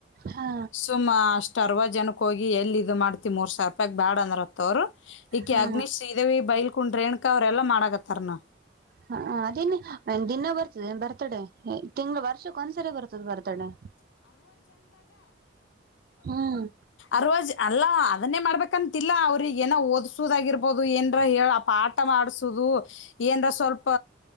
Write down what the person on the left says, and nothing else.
ಸುಮ ಅಷ್ಟ್ ಅ ಜನಕ್ಕೆ ಹೋಗಿ ಎಲ್ಲಿ ಇ ಮಾಡ್ತಿ ಮೂರ್ ಸಾವಿರ ಬ್ಯಾಡ ಅಂದರತ್ತತ್ ಅವ್ರು ಈಕ
ಅಗ್ನಿಶ್ ಇದ ಬೈಲಿ ಹಕ ಕುೊಂಡ್ರ ರೇಣುಕಾ ಅವ್ರೆಲ್ಲ ಮಾಡಕತ್ತಾರನ
ಅವಾಜ್ ಅಲ್ಲ ಅದನ್ನೇ ಮಾಡ್ಬೇಕಂತಲ್ಲ ಅವ್ರಿಗೆ ಏನೋ ಓದಸುದಾಗಿರ್ಬಹುದು ಏನರ ಪಾಠವಾಡಸುದು ಏನರ <unintelligible> ಸ್ವಲ್ಪ